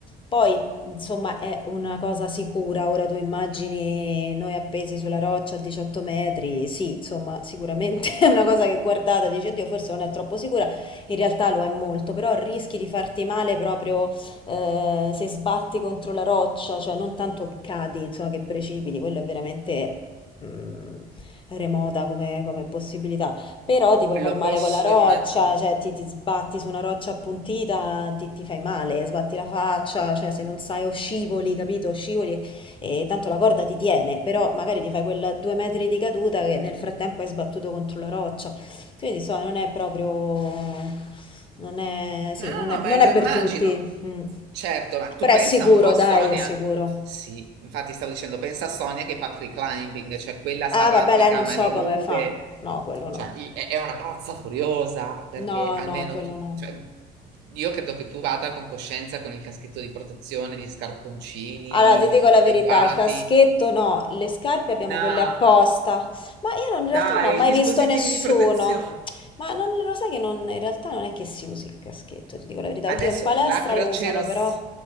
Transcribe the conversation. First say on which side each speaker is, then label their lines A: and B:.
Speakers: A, on the left; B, on the right.
A: Poi, insomma, è una cosa sicura. Ora tu immagini noi appesi sulla roccia a 18 metri. Sì, insomma, sicuramente <laughs> è una cosa che guardata e dici, oddio, forse non è troppo sicura. In realtà lo è molto, però rischi di farti male proprio eh, se sbatti contro la roccia, cioè non tanto che cadi, insomma, che precipiti. Quello è veramente mm, remota come come possibilità. Però ti puoi far
B: lo
A: male
B: posso
A: con la roccia,
B: immaginare.
A: cioè ti, ti sbatti su una roccia appuntita, ti, ti fai male, sbatti la faccia, cioè se non sai o scivoli, capito? Scivoli e, e tanto la corda ti tiene, però magari ti fai quel due metri di caduta che nel frattempo hai sbattuto contro la roccia. Quindi insomma non è proprio... Non è, sì,
B: No, no,
A: non
B: no,
A: è,
B: ma
A: non
B: lo
A: è
B: immagino.
A: per tutti. mm.
B: Certo, ma tu
A: Però
B: pensa
A: è sicuro,
B: un po' a
A: dai,
B: Sonia.
A: è sicuro.
B: Sì, infatti stavo dicendo, pensa a Sonia che fa free climbing, cioè quella
A: Ah,
B: si arrampica
A: vabbè, lei non
B: a mani
A: so come
B: nude,
A: fa. No, quello no.
B: Cioè, i- è è una pazza furiosa perché
A: No,
B: almeno
A: no, quello
B: tu,
A: no.
B: cioè, io credo che tu vada con coscienza con il caschetto di protezione, gli scarponcini
A: Allora, ti dico la
B: adeguati.
A: verità, il caschetto no, le scarpe abbiamo
B: No,
A: quelle apposta, ma io non- in
B: dai,
A: realtà non ho mai
B: dispositivi
A: visto nessuno.
B: di protezione.
A: Ma non, lo sai che non- in realtà non è che si usi il caschetto, ti dico la verità.
B: Adesso
A: Oddio, in palestra
B: la croceros-
A: lo usano, però...